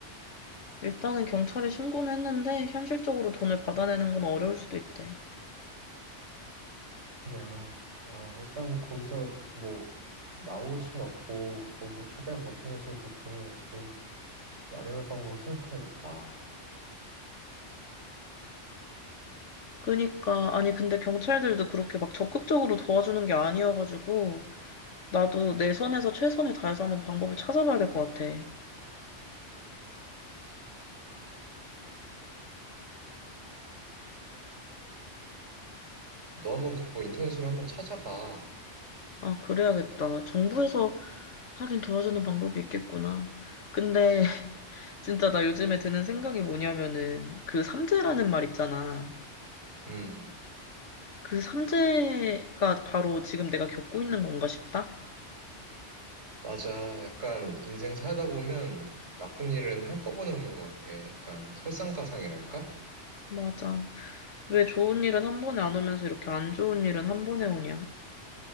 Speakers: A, on the left; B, on the right.
A: 일단은 경찰에 신고는 했는데, 현실적으로 돈을 받아내는 건 어려울 수도 있대.
B: 그냥, 아, 일단 거기서 뭐, 나올 순 없고, 거기서 최대한 버티면서 뭐 돈을 어떻게 마련할 방법을 생각해야겠다.
A: 그니까, 아니, 근데 경찰들도 그렇게 막 적극적으로 도와주는 게 아니어가지고, 나도 내 선에서 최선을 다해서 한번 방법을 찾아봐야 될 것 같아.
B: 너 한번 스스로 한번 찾아봐.
A: 아, 그래야겠다. 정부에서 하긴 도와주는 방법이 있겠구나. 근데 진짜 나 요즘에 드는 생각이 뭐냐면은 그 삼재라는 말 있잖아.
B: 음,
A: 그 삼재가 바로 지금 내가 겪고 있는 건가 싶다?
B: 맞아. 약간 인생 살다 보면 나쁜 일은 한꺼번에 오는 것 같아. 약간 설상가상이랄까?
A: 맞아. 왜 좋은 일은 한 번에 안 오면서 이렇게 안 좋은 일은 한 번에 오냐?